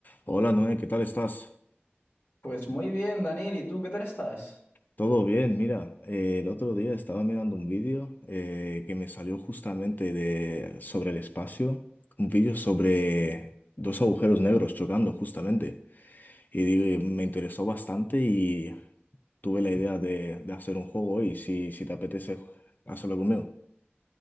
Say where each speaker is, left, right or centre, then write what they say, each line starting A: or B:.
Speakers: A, on the left; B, on the left.
A: Hola Noé, ¿qué tal estás?
B: Pues muy bien, Daniel, ¿y tú qué tal estás?
A: Todo bien, mira, eh, el otro día estaba mirando un vídeo eh, que me salió justamente de, sobre el espacio, un vídeo sobre dos agujeros negros chocando justamente, y di- me interesó bastante y tuve la idea de, de hacer un juego y si, si te apetece, hacerlo conmigo,